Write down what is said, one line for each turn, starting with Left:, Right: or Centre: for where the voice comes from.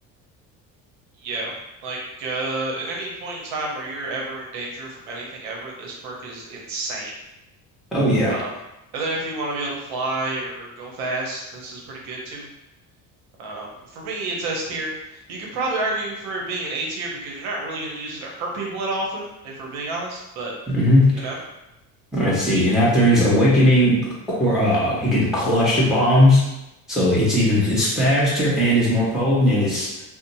Right: Yeah. Like uh in any point in time where you're ever in danger from anything ever, this quirk is insane.
Centre: Oh yeah.
Right: Um and then if you want to be able to fly or go fast, this is pretty good too. Um for me it's S tier. You could probably argue for it being an A tier because you're not really going to use it to hurt people that often, if we're being honest, but
Centre: Mm-hmm.
Right: you know.
Centre: Let's see. And after his awakening, cor- uh, he can cluster bombs, so it's even it's faster and it's more potent and it's